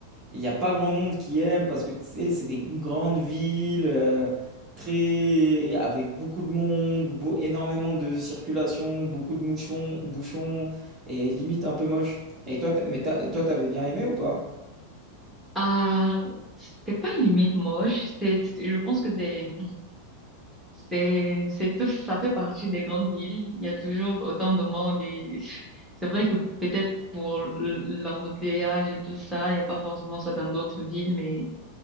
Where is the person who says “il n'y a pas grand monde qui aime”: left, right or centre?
Right